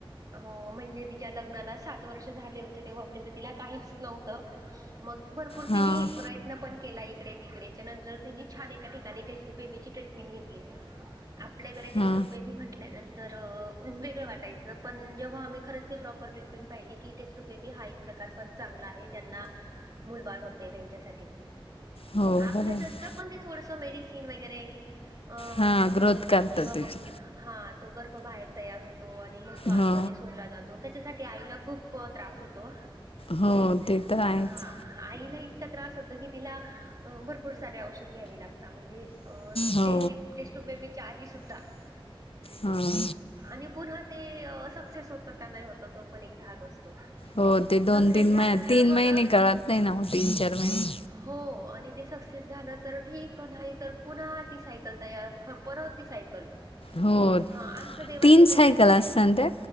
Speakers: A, on the right; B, on the left.
A: हो म्हणजे तिच्या लग्नाला सा त वर्ष झाले होते तेव्हा पर्यंत तिला काहीच नव्हतं मग भरपूर
B: हां
A: तिनी प्रयत्न पण केला इकडे तिकडेच त्यानंतर तिनी छान एका ठिकाणी टेस्ट्यूब बेबीची ट्रीटमेंट घेतली. आपल्याकडे टेस्टुयूब
B: हां
A: बेबी म्हटल्यानं तर वेगळं वाटायचं पण जेव्हा आम्ही खरंच ती प्रॉपर ट्रीटमेंट पाहिली की टेस्ट्यूब बेबी हा ए क प्रकार पण चांगला आहे ज्यांना मुलबाळ होत नाही त्यांच्यासाठी
B: हो
A: आपलंच
B: बरोबर
A: असतं पण ते थोडसा मेडिसिन वगैरे अ
B: हां
A: जास्त
B: ग्रोथ
A: असतात
B: करतात
A: किंवा
B: त्याची
A: मग हा तो गर्भ बाहेर तयार होतो आणि मग तो आतमध्ये
B: हो
A: सोडला जा तो त्याच्यासाठी आईला खूप त्रास होतो
B: हो ते तर आहेच
A: हा. आईला इतका त्रास होतो की तिला भरपूर सारे औषध घ्यावे लागतात म्हणजे अ
B: हो
A: ते टेस्ट्यूब बेबीच्या आधी सुद्धा
B: हां.
A: आणि पुन्हा ते सक्सेस अ होतं का नाही होतं तो पण एक धाक असतो.
B: हो दोन
A: सक्सेस
B: तीन
A: झालं
B: महि तीन
A: तर बरं
B: कळत नाही ना हो तीन चार महिने.
A: हो आणि ते सक्सेस तर ठीक नाही तर पुन्हा ती सायकल तयार परतती सायकल
B: हो
A: हा आमच देवाच्या
B: तीन
A: कृपेन
B: सायकल असतात ना त्या